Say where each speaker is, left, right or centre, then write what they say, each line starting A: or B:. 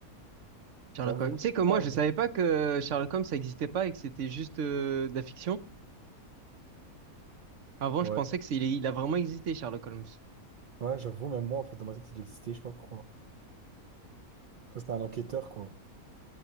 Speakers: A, on the right; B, on the right.
A: Sherlock
B: J'avoue.
A: Holmes. Tu sais que moi,
B: Ouais,
A: je savais pas que Sherlock Holmes, ça existait pas et que c'était juste euh, de la fiction. Avant,
B: ouais,
A: je pensais que c'est, il est- il a vraiment existé, Sherlock Holmes.
B: Ouais, j'avoue, même moi, en fait, dans ma tête, il existait, je sais pas pourquoi. Ça, c'était un enquêteur, quoi.